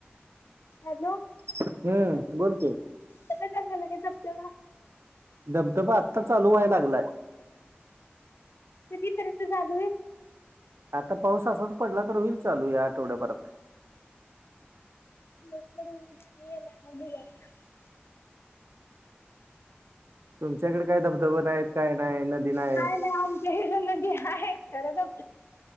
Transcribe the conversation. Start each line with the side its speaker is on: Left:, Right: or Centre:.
Left: हॅलो.
Right: हम्म बोल की
Left: अश्या टायमाला काय झोपतावा
Right: धबधबा आत्ता चालू व्हाय लागलाय
Left: कितीपर्यंत चालू आहे?
Right: आता पाऊस असाच पडला तर होईल चालू या आठवड्याभरात
Left: लवकर होउ दे आम्ही यायला बघायला
Right: तुमच्याकडं काय धबधबा नाहीत काय नाही, नदी नाय
Left: काय नाही आमच्या इकडे नदी आहे तर बघ